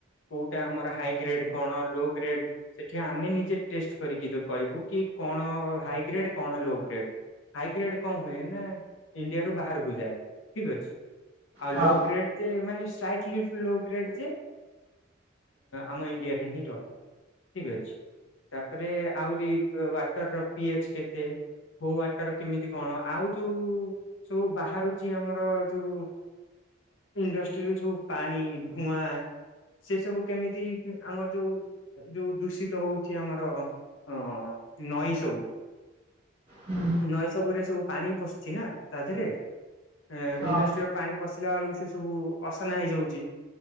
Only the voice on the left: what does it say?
କୋଉଟା ଆମର ହାଇଗ୍ରେଡ କଣ ଲୋଗ୍ରିଡ ସେଠି ଆମେ ନିଜେ ଟେଷ୍ଟ କରିକି ତାକୁ କହିବୁ କି କଣ ହାଇଗ୍ରେଡ କଣ ଲୋଗ୍ରେଡ। ହାଇଗ୍ରେଡ କଣ ହୁଏ ନା ଇଣ୍ଡିଆରୁୁ ବାହାରକୁ ଯାଏ, ଠିକ ଅଛି। ଆଉ
ଲୋ ଗ୍ରେଡ ଯେ ମାନେ ସ୍ଲାଇଟ୍ ଲିଫ୍ ଲୋଗ୍ରେଡ ଯିଏ ଆମ ଇଣ୍ଡିଆରେ ହିଁ ରହେ। ଠିକ ଅଛି ତାପରେ ଆହୁରି ୱାଟର ର ପି ଏଚ କେତେ? କୋଉ ୱାଟର କେମିତି କଣ ଆଉ ଯୋଉ ସବୁ ବାହାରୁଛି ଆମର ଯୋଉ ଇଣ୍ଡଷ୍ଟ୍ରି ର ସବୁ ପାଣି, ଧୂଆଁ। ସେ ସବୁ କେମିତି ଆମର ଯୋଉ ଯୋଉ ଦୂଷିତ ହଉଛି ଆମର ଅ ନଈ ସବୁ।
ନଈ ସବୁରେ ସବୁ ପାଣି ପଶୁଛି ନା ତା ଦେହରେ। ହିଁ
ଇଣ୍ଡଷ୍ଟ୍ରି
ର ପାଣି ପଶିଲା ବେଳକୁ ସେ ସବୁ ଅସନା ହେଇଯାଉଛି।